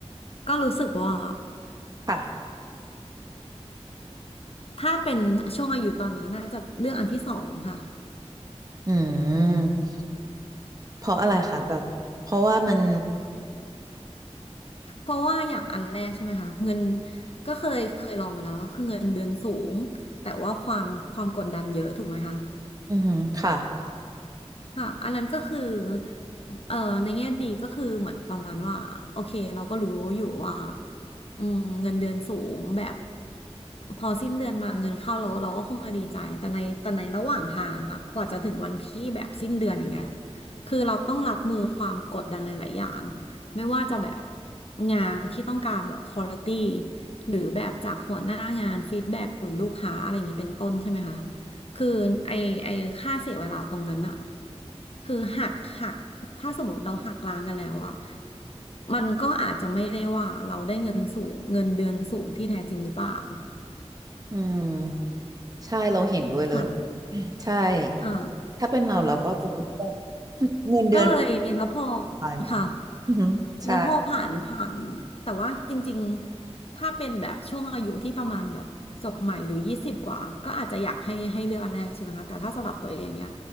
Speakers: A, on the left; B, on the right.
A: ก็รู้สึกว่า
B: ค่ะ
A: ถ้าเป็นช่วงอายุตอนนี้น่าจะเรื่องอันที่สองค่ะ
B: อืมเพราะอะไรคะแบบเพราะว่ามัน
A: เพราะว่าอย่างอันแรกใช่ไหมคะเงินก็เคยเคยลองมาแล้วก็คือเงินเดือนสูง แต่ว่าความความกดดันเยอะถูกไหมคะ
B: อือหือค่ะ
A: ค่ะอันนั้นก็คือเอ่อในแง่ดีก็คือเหมือนประมาณว่าโอเคเราก็รู้อยู่ว่าอืมเงินเดือนสูงแบบพอสิ้นเดือนมาเงินเข้าเราเราก็คงจะดีใจแต่ในแต่ในระหว่างทางอะค่ะกว่าจะถึงวันที่แบบสิ้นเดือนอย่างเงี้ยคือเราต้องรับมือความกดดันหลายๆอย่างไม่ว่าจะแบบงานที่ต้องการแบบควอลิตี้หรือแบบจากหัวหน้างานฟีดแบ็กหรือลูกค้าอะไรอย่างนี้เป็นต้นใช่ไหมคะคือไอไอค่าเสียเวลาตรงนั้นอะ คือหักหักถ้าสมมติเราหักล้างกันแล้วอะมันก็อาจจะไม่ได้ว่าเราได้เงินสูงเงินเดือนสูงที่แท้จริงหรือเปล่า
B: อืมใช่เราเห็นด้วยเลย
A: ค่ะ
B: ใช่
A: อ่า
B: ถ้าเป็นเราเราก็จะเลือกเงินเดือนปาน
A: ก็เลยแล้วพอ
B: กลางเหมือนกันอือหือใช่
A: ค่ะแล้วพอผ่านผ่านแต่ว่าจริงๆ ถ้าเป็นแบบช่วงอายุที่ประมาณแบบจบใหม่หรือยี่สิบกว่าก็อาจจะอยากให้ให้เลือกอันแรกใช่ไหมคะแต่ถ้าสำหรับตัวเองเนี่ย